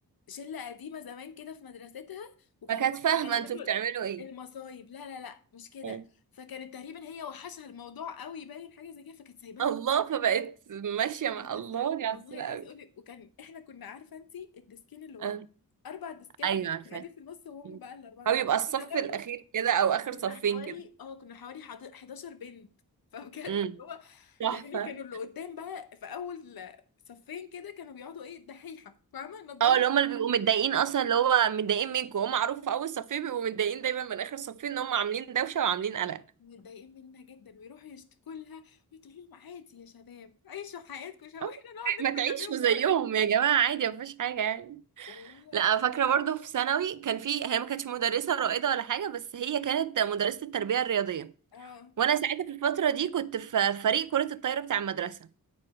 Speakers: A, on the left; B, on the right.
A: شلة قديمة زمان كده في مدرستها وكانوا
B: فكانت
A: برضو
B: فاهمة
A: بيعملوا
B: انتوا بتعملوا ايه
A: المصايب لا لا لا مش كده
B: آه.
A: فكانت تقريبا هي وحشها الموضوع قوي باين حاجة زي كده فكانت سايبانا
B: الله فبقت ماشية مع
A: بس
B: الله دي
A: والله
B: عسولة أوي
A: عايز اقول لك وكان احنا كنا عارفه انت الديسكين اللي ورا
B: آه.
A: اربع ديسكات
B: أيوة
A: اللي كانوا
B: عارفاها
A: قاعدين في النص وهم
B: مم.
A: بقى الاربعه دول
B: أو يبقى الصف
A: كنا
B: الأخير
A: برضو
B: كده أو آخر
A: كنا
B: صفين
A: حوالي
B: كده
A: اه كنا حوالي حض- 11 بنت <laughs> فبجد اللي
B: امم
A: هو
B: تحفة
A: يعني كانوا اللي قدام بقى في اول صفين كده كانوا بيقعدوا ايه الدحيحه فاهمه نضاره
B: اه اللي هما اللي بيبقوا
A: وبتاع
B: متضايقين اصلا اللي هو متضايقين منكم هم معروف في اول صفين بيبقوا متضايقين دايما من اخر صفين ان هم عاملين دوشه وعاملين قلق
A: متضايقين منها جدا ويروحوا يشتكوا لها وتقول لهم عادي يا شباب عيشوا حياتكم شباب
B: آه،
A: واحنا نقعد نضحك
B: ما تعيشوا
A: عليهم
B: زيهم
A: ورا
B: يا جماعة عادي مفيش حاجة يعني
A: والله العظيم
B: لا فاكرة برضو في ثانوي كان في هي ما كانتش مدرسة رائدة ولا حاجة بس هي كانت مدرسة التربية الرياضية
A: اه
B: وانا ساعتها في الفترة دي كنت في فريق كرة الطايرة بتاع المدرسة